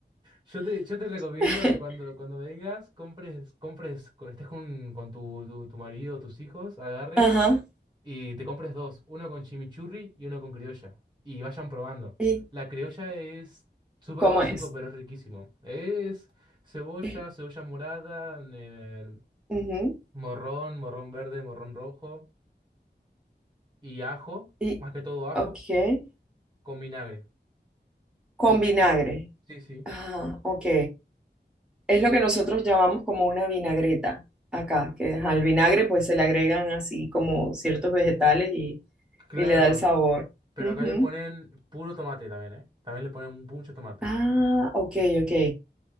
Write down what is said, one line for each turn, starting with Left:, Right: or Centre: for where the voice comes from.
Right: Yo te, yo te recomiendo
Centre: <laughs>
Right: que cuando, cuando vengas, compres, compres, con, estés con, con tu, tu, tu marido o tus hijos, agarres
Centre: Ajá.
Right: y te compres dos, uno con chimichurri y uno con criolla. Y vayan probando.
Centre: ¿Y
Right: La criolla es súper
Centre: cómo
Right: básico,
Centre: es?
Right: pero es riquísimo. Es cebolla,
Centre: Eh,
Right: cebolla morada, eh,
Centre: ujú,
Right: morrón, morrón verde, morrón rojo y ajo,
Centre: Y,
Right: más que todo ajo,
Centre: ok.
Right: con vinagre,
Centre: Con
Right: todo chiquitito.
Centre: vinagre.
Right: Sí, sí.
Centre: Ajá, ok. Es lo
Right: Y
Centre: que nosotros llamamos como una vinagreta acá, que al vinagre pues se le agregan así como ciertos vegetales y,
Right: claro,
Centre: y le da el sabor.
Right: pero
Centre: Ujú.
Right: acá le ponen puro tomate también, ¿eh? También le ponen mucho tomate.
Centre: Ah, ok, ok.